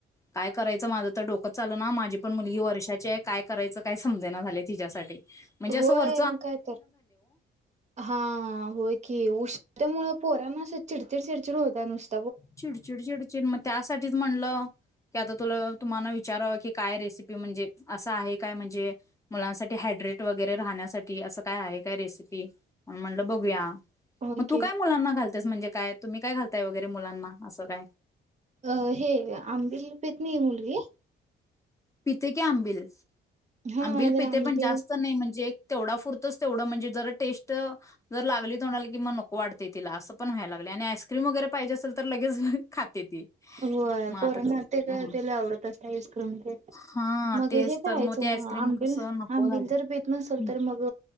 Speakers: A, on the left; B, on the right.
A: काय कराय माझं तर डोकं चल ना माझी पण मुलगी वर्षाची आहे काय करायचं काय समजेना झाले तिच्यासाठी म्हणजे असं
B: होय
A: वर
B: काय तर हा होय की उष्णतेमुळे पोरना असं चिड चिड चिडचड होत्या नुसती
A: चिड चिड चिडचिड म त्यासाठीच म्हणलं की आता तु तुम्हाला विचारा की काय रेसिपी म्हणजे असं आहे काय म्हणजे मुलांसाठी हायड्रेट वगैरे राहण्यासाठी अस काय आहे काय रेसिपी म्हणल बघुया
B: होय
A: मग
B: की
A: तू काय मुलांना घालतेस म्हणजे काय तुम्ही काय घालताय वगैरे मुलांना असं काय
B: अ हे आंबिल पित नाही मुलगी
A: पिते कि आंबिल
B: हा
A: आंबिल पिते
B: जरा आंबिल
A: पण जास्त नाही म्हणजे तेवढा पुरतोच तेवढं म्हणजे जर टेस्ट जर लागली तोंडाला की मग नको वाटते तिला असं पण व्हाय लागलय आणि आईस्क्रीम वगैरे पाहिजे अस तर लगेच खाते ती
B: होय
A: मग आता
B: पोरांना ते त्याला आवडत अस य करून
A: हा
B: मग
A: तेच
B: हे करायचं
A: तर ते आईस्क्रीम
B: मग आंबिल
A: कसं नको
B: आंबिल
A: झालं.
B: जर पेत नसेल
A: हम्म
B: तर मग